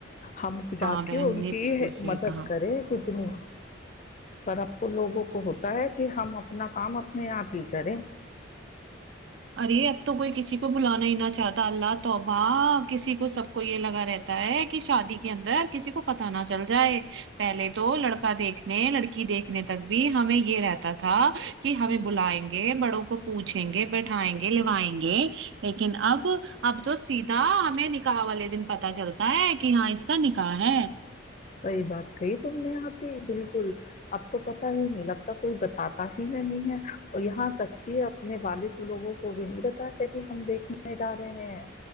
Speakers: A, on the left; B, on the right.
A: ہم جا
B: ہاں بہن
A: کے ان
B: نے
A: کی
B: بالکل صحیح
A: مدد
B: کہا
A: کرے کتنی پر اب تو لوگوں کو ہوتا ہے کہ ہم اپنا کام اپنے آپ ہی کریں
B: ارے اب تو کوئی کسی کو بلانا ہی نہ ا چاہتا اللہ توباہ کسی کو سب کو یہ لگا رہتا ہے کہ شادی کے اندر کسی کو پت نہ چل جائے پہلے تو لڑکا دیکھنے لڑکی دیکھنے تک بھی ہمیں یہ رہتا تھا کہ ہمیں بلائیں گے بڑوں کو پوچھیں گے بیھ اھیں گے لوائیں گے لیکن اب اب تو سیدھا ہمیں نکاح والے دن پتا چلتا ہے کہ ہاں اس کا نکاح ہے
A: صحیح بات کہی تم نے یہاں پ بھی بالکل اب تو پت ہی نہیں لگتا کوئی بتاتا ہی نہیں ہے اور یہاں تک کہ اپنے والد لوگوں کو بھی نہیں بتاتے کہ ہم دیکھنے جا رہے ہیں